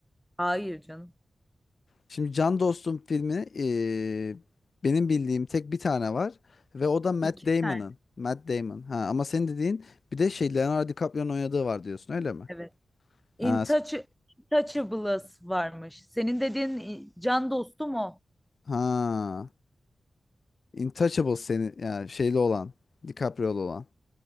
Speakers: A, in the centre; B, on the left.
A: Hayır canım.
B: Şimdi Can Dostum filmi eee, benim bildiğim tek bir tane var ve o da Matt
A: İki
B: Damon'ın.
A: tane
B: Matt Damon. Ha ama senin dediğin bir de şey Leonardo DiCaprio'nun oynadığı var diyorsun öyle mi?
A: evet. Intouch
B: Ha, s-
A: Intouchables varmış. Senin dediğin i- Can Dostum o.
B: ha. Intouchable seni yani şeyli olan. DiCaprio'lu olan.